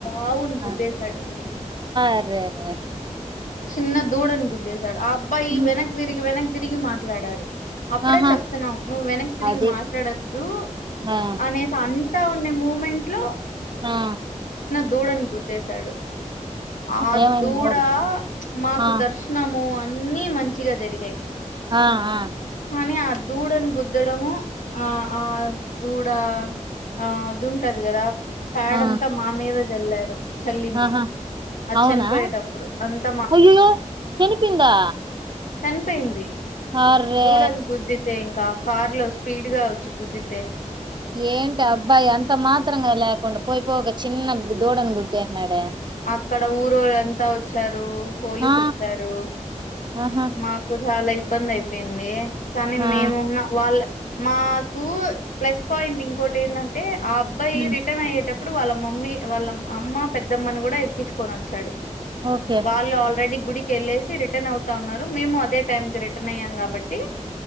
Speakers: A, on the left (about 85°); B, on the right (about 35°).
A: ఆవుని
B: ఆ,
A: గుద్దేశాడు అండి
B: అరే రే.
A: చిన్న దూడ అన్ గుద్దే డు ఆ అబ్బాయి
B: ఉమ్,
A: వెనక్ తిరిగి వెనక్ తిరిగి మాట్లాడాడు అప్పుడే
B: ఆహా
A: చెప్తున్నావు నువ్వు వెనక్ తిరిగి
B: అది
A: మాట్లాడొద్దు
B: ఆ
A: అనేసి అ తా ఉన్నాయి మూమెంట్ లో
B: హా
A: దూడన గు ద్దేశాడు ఆ
B: ఏమైంది
A: దూడ మాకు
B: ఆ
A: దర్శనము అన్న మంచిగా జరిగాయి
B: ఆ ఆ
A: కానీ ఆ దూడని గుద్దడము ఆ ఆ దూడా ఆ అదింటది కదా ప్యాడ
B: ఆ,
A: అంతా మా మీద జల్లారు చల్లింది
B: ఆహా
A: అది
B: అవునా
A: చనిపోయేటప్పుడు అంత
B: అయ్యయ్యో చనిపోయిందా
A: చనిపోయింది
B: అర్రే
A: దూడను గుద్దితే ఇంకా కార్ లో స్పీడ్ గా వచ్చి గుద్ది
B: ఏంటి ఆ అబ్బాయి అంత మాత్రంగా లేకుండా పోయిపోయి ఒక చిన్న దూడని గుద్ నడే
A: అక్కడ ఊరోళ్ళ అంతా వచ్చారు రూ పోలీస్
B: ఆ
A: వచ్చారు
B: ఆహా
A: మాకు చాలా ఇబ్బంది అయిపోయింది కానీ
B: ఆ
A: మేమున్న వాళ్ళ మాకు ప్లస్ పాయింట్ ఇంకోటి ఏంటంటే ఆ అబ్బాయి
B: ఉమ్
A: రిటర్న్ అయ్యేట అప్పుడు వాళ్ళ మమ్మీ వాళ్ళ అమ్మ పెద్ద పెద్దమ్మని కూడా ఎక్కించుకొని వచ్చాడు
B: ఓకే
A: వాళ్ళు ఆల్రెడీ గుడికి వెళ్ళేసి రిటర్న్ అవుతా ఉన్నారు మేము అదే టైం కి రటర్న్ అయ్యాం కాబ కాబట్టి